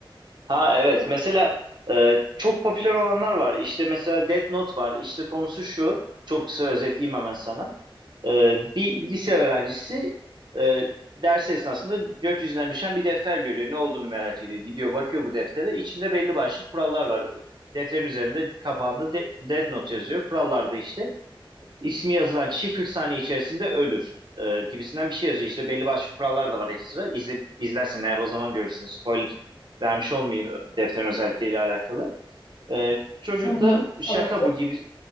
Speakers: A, on the right; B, on the left.
A: Ha evet mesela e, çok popüler olanlar var. İşte mesela Death Note var. İşte konusu şu. Çok kısa özetleyeyim hemen sana. E, bir lise öğrencisi e, ders esnasında gökyüzünden düşen bir defter görüyor. Ne olduğunu merak ediyor. Gidiyor bakıyor bu deftere. İçinde belli başlı kurallar var. Defterin üzerinde kapağında de- Death Note yazıyor. Kurallarda işte ismi yazılan kişi 40 saniye içerisinde ölür e, gibisinden bir şey yazıyor. İşte belli başlı kurallar da var ekstra. İzle, izlersen eğer o zaman görürsün. Spoiler vermiş olmayayım e, defterin özellikleriyle alakalı. E, çocuk
B: Hı hı.
A: da şaka
B: Tamamdır.
A: bu gibi